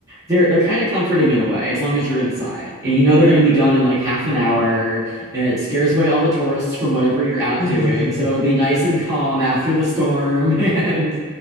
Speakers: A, on the right (about 15°); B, on the left (about 35°).
A: they're they're kind of comforting in a way, as long as you're inside. And you know
B: yeah,
A: they're going to be done in like half an hour. it scares away all the tourists from whatever you're out
B: <laughs> yeah.
A: doing. So it'll be nice and calm after the storm. <laughs> And